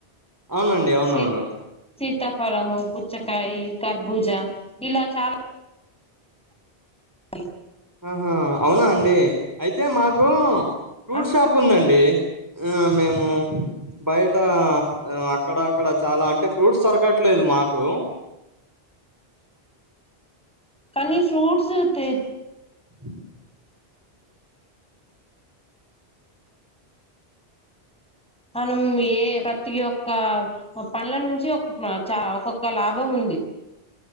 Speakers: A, on the right; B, in the centre.
A: అవునండి అవునవును.
B: సీ సీతాఫలము, పుచ్చకాయి కర్భూజ ఇలా చాలా <unintelligible>
A: ఆహా అవునా అండి అయితే మాకు ఫ్రూట్
B: అన్
A: షాప్ ఉందండి. ఆ మేము బయటా ఆ అక్కడ అక్కడ చాలా అంటే ఫ్రూట్స్ దొరకట్లేదు మాకు.
B: కానీ ఫ్రూట్స్ తి
A: హహ
B: మనం ఏ ప్రతి ఒక్క పండ్ల నుంచి ఒ చ ఒకొక్క లాభం ఉంది.